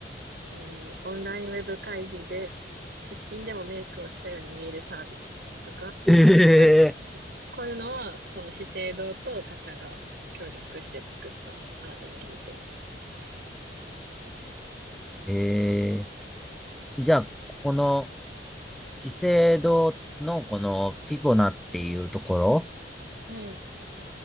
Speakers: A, on the right; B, in the centre.
A: えーオンラインウェブ会議ですっぴんでもメイクをしたように見えるサービスとか、
B: え
A: こういう、こういうのは、その資生堂と他社が協力して作った新たな技術らしい。
B: ええー、じゃあ、この資生堂のこのフィボナっていうところ
A: うん。